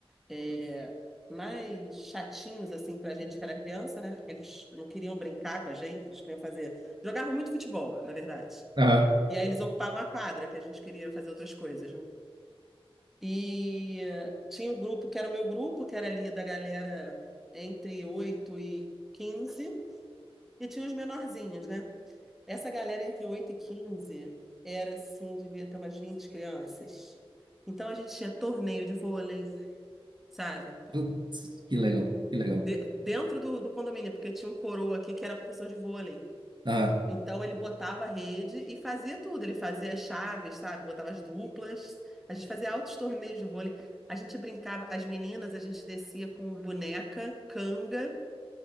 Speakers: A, in the centre; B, on the right (about 50°).
A: é, mais chatinhos assim pra gente que era criança, né? Porque eles não queriam brincar com a gente, eles queriam fazer, jogavam muito futebol, na verdade.
B: Aham.
A: E aí eles ocupavam a quadra, que a gente queria fazer outras coisas, né? E eh, tinha o grupo que era o meu grupo, que era ali da galera entre 8 e 15 e tinha os menorzinhos, né? Essa galera entre 8 e 15 era assim, devia ter umas 20 crianças. Então a gente tinha torneio de vôlei, sabe?
B: Putz, que legal, que legal.
A: De- dentro do, do condomínio, porque tinha um coroa aqui que era professor de vôlei.
B: Aham.
A: Então ele botava a rede e fazia tudo. Ele fazia as chaves, sabe? Botava as duplas. A gente fazia altos torneios de vôlei. A gente brincava, as meninas, a gente descia com boneca, canga